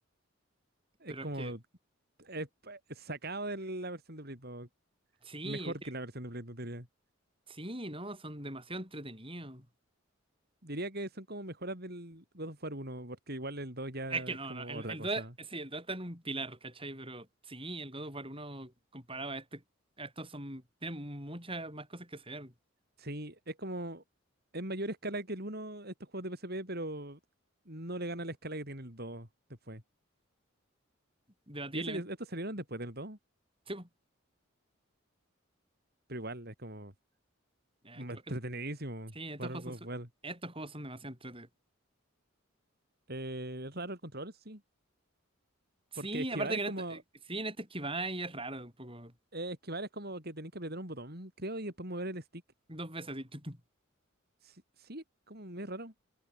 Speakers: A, on the right; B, on the right.
A: Es
B: Pero
A: como
B: es que...
A: es pa- sacado de la versión de Play dos.
B: Sí,
A: mejor
B: es que-
A: que la versión de Play 2, diría.
B: sí, ¿no? Son demasiado entretenidos.
A: Diría que son como mejoras del God of War uno porque igual el 2 ya
B: Es que
A: es
B: no,
A: como
B: no, el,
A: otra
B: el
A: cosa.
B: 2, sí, el 2 está en un pilar, ¿cachai? Pero sí, el God of War 1 comparado a este, a estos son, tienen muchas más cosas que hacer,
A: Sí, es como en mayor escala que el uno estos juegos de PSP, pero no le gana la escala que tiene el 2 después.
B: debatiblemente.
A: Y eso que estos salieron después del 2
B: Sí, po.
A: pero igual es como
B: Eh,
A: entretenidísimo
B: esto- eh, sí, estos
A: jugar
B: juegos
A: un God
B: son,
A: of War.
B: su- estos juegos son demasiado entretenidos.
A: Eh, es raro el control, eso sí,
B: Sí,
A: porque esquivar
B: aparte
A: es
B: que en
A: como
B: este, eh, sí, en este esquiváis es raro, un poco,
A: eh, esquivar es como que tenés que apretar un botón, creo, y después mover el stick.
B: dos veces así, tu, tu.
A: Sí, sí, es como es raro.